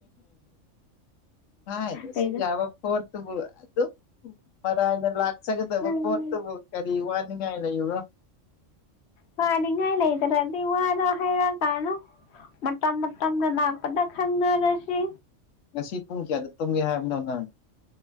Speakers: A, on the left; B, on the left.
A: ꯍꯥꯏꯣꯁꯨ
B: ꯀꯩꯗ
A: ꯌꯥꯕ ꯐꯣꯠ ꯕꯨ ꯑꯗꯨꯝ ꯃꯔꯥꯏꯅ ꯂꯥꯛꯆꯒꯗꯕ
B: ꯎꯝ
A: ꯄꯣꯠꯇꯨꯕꯨ ꯀꯔꯤ ꯋꯥꯅꯤ ꯀꯥꯏ ꯂꯩ ꯌꯕ
B: ꯄꯅꯤꯡꯉ ꯂꯩ ꯇꯔꯗꯤ ꯋꯥꯅ ꯍꯥꯏꯔ ꯀꯥꯅ ꯃꯣꯇꯝ ꯃ ꯇꯝꯅ ꯅꯅꯥꯄꯗ ꯈꯥꯡꯪꯅꯔꯁꯤ
A: ꯉꯁꯤ ꯄꯨꯡ ꯀꯌꯥꯗ ꯇꯨꯝꯒꯦ ꯍꯥꯏꯕꯅꯣ ꯅꯪ